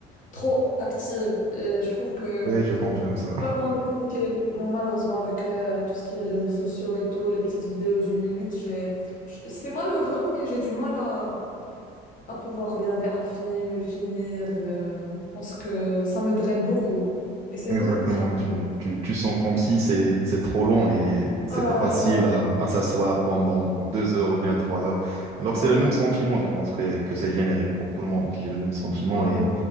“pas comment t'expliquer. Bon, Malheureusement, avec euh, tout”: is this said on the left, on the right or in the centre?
Left